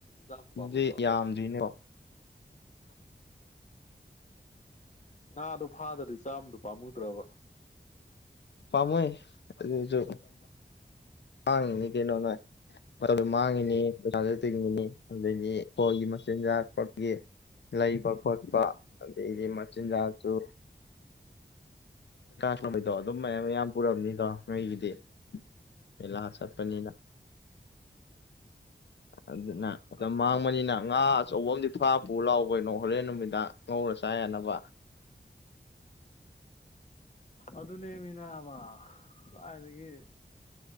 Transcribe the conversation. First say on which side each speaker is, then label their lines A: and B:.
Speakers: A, on the left; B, on the left.
A: ꯆꯕꯨꯨꯗ꯭ꯔꯣ
B: ꯑꯗꯨꯗꯤ ꯌꯥꯝꯗ꯭ꯔꯤꯅꯦꯀꯣ
A: ꯉꯥꯗꯨꯣ ꯐꯥꯗ꯭ꯔꯗꯤ ꯆꯥꯝꯃꯗꯣ ꯄꯥꯝꯃꯨꯗ꯭ꯔꯕ
B: ꯄꯥꯃꯣꯏ ꯑꯗꯨꯁꯨ ꯃꯥꯡꯉꯤꯅꯤ ꯀꯩꯅꯣ ꯅꯣꯏ ꯃꯇꯝꯁꯨ ꯃꯥꯡꯉꯤꯅꯤ ꯄꯩꯁꯥꯁꯨ ꯇꯤꯡꯉꯤꯅꯤ ꯑꯗꯨꯩꯅꯤ ꯑꯩꯣꯏꯒꯤ ꯃꯆꯤꯟꯖꯥꯛ ꯒꯤ ꯂꯩꯕ ꯈꯣꯠꯄ ꯑꯗꯩꯗꯤ ꯃꯆꯤꯟꯖꯥꯛꯁꯨ ꯇꯥꯕꯩꯗꯣ ꯑꯗꯨꯝ ꯃꯌꯥꯝ ꯃꯌꯥꯝ ꯄꯨꯔꯝꯅꯤꯗꯣ ꯅꯣꯏꯒꯤꯗꯤ ꯃꯦꯂꯥ ꯆꯠꯄꯅꯤꯅ ꯑꯗꯨꯅ ꯃꯇꯝ
A: ꯑꯗꯨꯅꯦ
B: ꯃꯥꯡꯕꯅꯤꯅ ꯉꯥ ꯑꯆꯧꯕ ꯑ ꯑꯃꯗꯤ ꯐꯥ ꯄꯨ ꯂꯥꯎꯈꯣꯏꯩꯅꯣ ꯍꯣꯔꯦꯟ ꯅꯨꯃꯤꯡ ꯉꯧꯔꯁꯤ ꯇꯥꯏꯅꯕ
A: ꯑꯗꯨ ꯑꯗꯨꯅꯦꯃꯤꯅꯥ ꯇꯥꯏꯅ